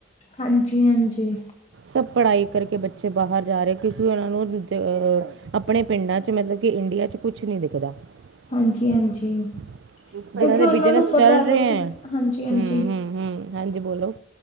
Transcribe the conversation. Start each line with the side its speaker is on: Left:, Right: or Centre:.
Left: ਹਾਂਜੀ ਹਾਂਜੀ।
Right: ਸੱਭ ਪੜ੍ਹਾਈ ਕਰਕੇ ਬੱਚੇ ਬਾਹਰ ਜਾ ਰਹੇ, ਕਿਉਂਕਿ ਉਹਨਾਂ ਨੂੰ ਦੂਜੇ ਅ ਅ ਆਪਣੇ ਪਿੰਡਾਂ 'ਚ, ਮਤਲਬ ਕਿ ਇੰਡੀਆ 'ਚ, ਕੁਝ ਨਹੀਂ ਦਿਖਦਾ। <unintelligible>
Left: ਹਾਂਜੀ ਹਾਂਜੀ ਕਿਉਂਕਿ ਉਹਨਾਂ
Right: ਬਿਜਨਸ
Left: ਨੂੰ ਪਤਾ
Right: ਚੱਲ
Left: ਕਿਉਂਕਿ
Right: ਰਹੇ ਹੈ।
Left: ਹਾਂਜੀ ਹਾਂਜੀ
Right: ਹੂੰ-ਹੂੰ ਹੂੰ, ਹਾਂਜੀ ਬੋਲੋ।